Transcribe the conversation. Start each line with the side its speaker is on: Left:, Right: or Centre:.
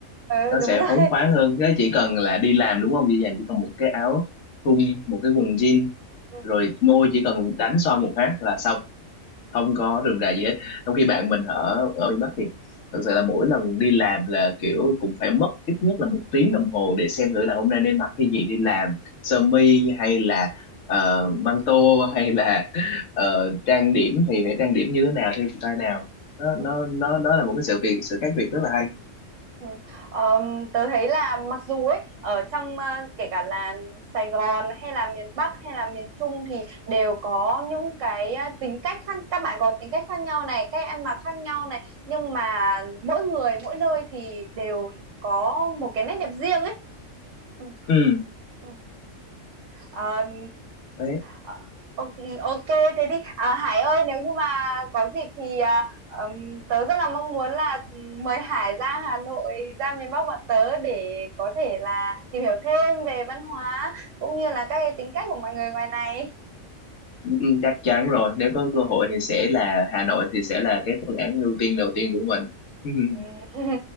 Right: Ờ,
Left: nó
Right: đúng
Left: sẽ
Right: rồi
Left: phóng khoáng hơn cái chỉ cần là đi làm đúng không dễ dàng chỉ cần một cái áo thun một cái quần jean
Right: ừ.
Left: rồi môi chỉ cần đánh son một phát là xong không có rườm rà gì hết trong khi bạn mình ở ở miền Bắc thì thật sự là mỗi lần đi làm là kiểu cũng phải mất ít nhất là một tiếng đồng hồ để xem thử là hôm nay nên mặc cái gì đi làm sơ mi hay là ờ, măng tô hay là ờ, trang điểm thì phải trang điểm như thế nào theo style nào nó
Right: Ừ.
Left: nó
Right: <laughs>
Left: nó đó là một cái sự việc sự khác biệt rất là hay
Right: Ừ. Ờm, tớ thấy là mặc dù ấy ở trong ờ, kể cả là Sài Gòn hay là miền Bắc hay là miền Trung thì đều có những cái ờ, tính cách khác các bạn có tính cách khác nhau này cách ăn mặc khác nhau này nhưng mà mỗi người mỗi nơi thì đều có một cái nét đẹp riêng ấy ừ.
Left: ừ
Right: Ừ. Ờm,
Left: đấy
Right: Ờ, ok ok, thế thì à, Hải ơi nếu như mà có dịp thì à, ừm, tớ rất là mong muốn là mời Hải ra Hà Nội ra miền Bắc bọn tớ để có thể là tìm hiểu thêm về văn hóa cũng như là các cái tính cách của mọi người ngoài này
Left: Ừ, chắc chắn rồi nếu có cơ hội
Right: Ừ,
Left: thì sẽ là Hà Nội thì sẽ là cái phương án ưu tiên đầu tiên của mình <laughs>
Right: ừ. <laughs>